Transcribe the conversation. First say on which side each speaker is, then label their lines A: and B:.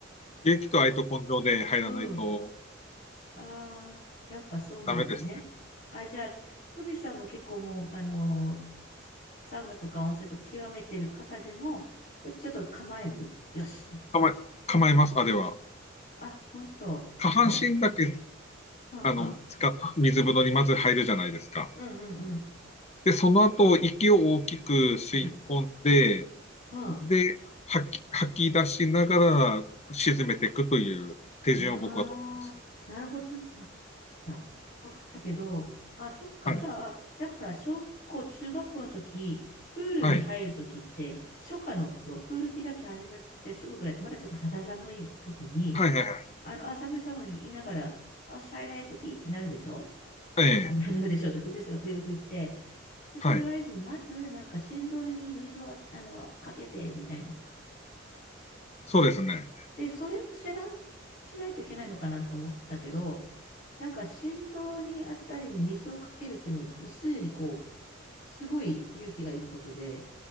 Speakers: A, on the left; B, on the left.
A: <laughs> 勇気と愛と根性で入らないと
B: うん。ああ、やっぱそうなんだね。
A: ダメですね。
B: あ、じゃあ、トミさんも結構もう、あのーサウナとか温泉とか極めてる方でも、やっぱちょっと構えるよしって。
A: 構え、構えます、あれは。
B: あ、本当。
A: 下半身だけ、
B: で、はあ、
A: あの、
B: はあ。
A: 使っ水風呂にまず入るじゃないですか。
B: うんうんうん。
A: で、その後、息を大きく吸い込んで、
B: うん。はあ。
A: で、吐き、吐き出しながら沈めていくという手順を僕は取ってますね。
B: ああ、なるほどね。あ、わかった。わかったけど、あ、そっか。
A: はい。
B: じゃあ、なんかほら、小学校、中学校の時、プールに入る時って、
A: はい。
B: 初夏の頃、プール開き始めてすぐぐらいって、まだちょっと肌寒い時に、
A: はいはいはい。
B: あの、あ、寒い寒い言いながら、あ、シャイラーってピーってなるでしょ
A: ええ。
B: あ、ななるでしょって、風先生が笛を吹いて、で、それを合図に、
A: はい。
B: まず、なんか心臓に水をあの、かけて、みたいな。
A: そうですね。
B: で、それをせな、しないといけないのかなと思ったけど、なんか心臓にあたりに水をかけるってもう、もうすでにこう、すごい勇気がいることで、